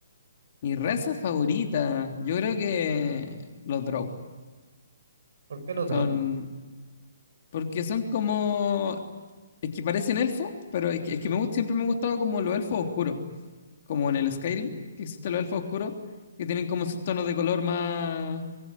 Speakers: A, on the left (about 45°); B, on the right (about 60°).
A: Mi raza favorita, yo creo que los Drow.
B: ¿Por qué lo trobo?
A: Son, porque son como, es que parecen elfos, pero es que, es que me gusta, siempre me ha gustado como los elfos oscuros, como en el Skyrim, que existen los elfos oscuros, que tienen como sus tonos de color más,